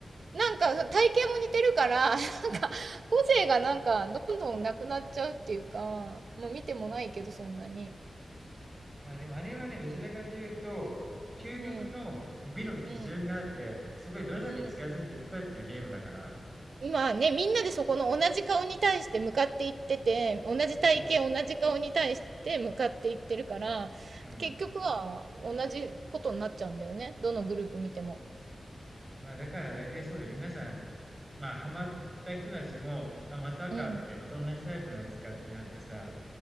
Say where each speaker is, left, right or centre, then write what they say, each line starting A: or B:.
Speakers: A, on the right; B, on the right.
A: なんか体型も似てるから、<laughs> なんか個性がなんかどんどんなくなっちゃうっていうか、まあ見てもないけどそんなに。
B: まあでもあれはね、どちらかというと、究極の美の基準があって、
A: うん。うん。
B: そこにどれだけ近づいていくかっていうゲームだから、
A: うん。今ね、みんなでそこの同じ顔に対して向かっていってて、同じ体型、
B: そうそう。
A: 同じ顔に対して向かっていってるから、
B: うん。
A: 結局は同じことになっちゃうんだよね。どのグループ見ても。
B: まあだから大体そうで皆さん、まあハマった人たちも、あ、またかって、
A: うん。
B: また同じタイプのやつかってなってさ、